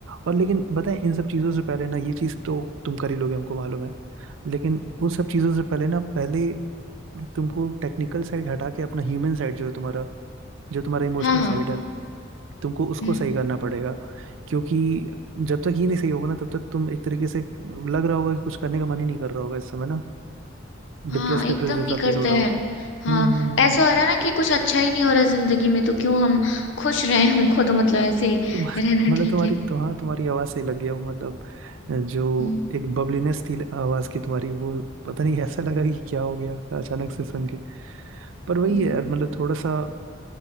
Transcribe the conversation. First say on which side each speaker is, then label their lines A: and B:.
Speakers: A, on the right (about 75°); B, on the left (about 65°).
A: और लेकिन बताएं इन सब चीज़ों से पहले ना ये चीज़ तो तुम कर ही लोगे हमको मालूम है लेकिन उन सब चीज़ों से पहले ना पहले तुमको टेक्निकल साइड हटा के अपना ह्यूमन साइड जो है तुम्हारा जो तुम्हारा इमोशनल
B: हाँ हाँ
A: साइड है तुमको उसको
B: हम्म
A: सही करना पड़ेगा क्योंकि जब तक ये नहीं सही होगा ना तब तक तुम एक तरीके से लग रहा होगा कि कुछ करने का मन ही नहीं कर रहा होगा इस समय ना
B: हाँ
A: डिप्रेस
B: एकदम
A: डिप्रेस जैसा
B: नहीं करता
A: फील हो रहा
B: है
A: होगा
B: हाँ
A: हम्म हम्म हम्म,
B: ऐसा
A: हम्म।
B: हो रहा है ना कि कुछ अच्छा ही नहीं हो रहा जिंदगी में तो क्यों हम खुश रहें हमको तो मतलब ऐसे ही
A: तुम
B: रहना
A: मतलब
B: ठीक
A: तुम्हारी
B: है
A: तो हाँ तुम्हारी आवाज़ सही लगी है वो मतलब जो
B: हम्म।
A: एक बबलीनेस थी आवाज़ की तुम्हारी वो पता नहीं ऐसा लगा कि क्या हो गया अचानक से सुन के पर वही
B: <laughs>
A: है यार मतलब थोड़ा सा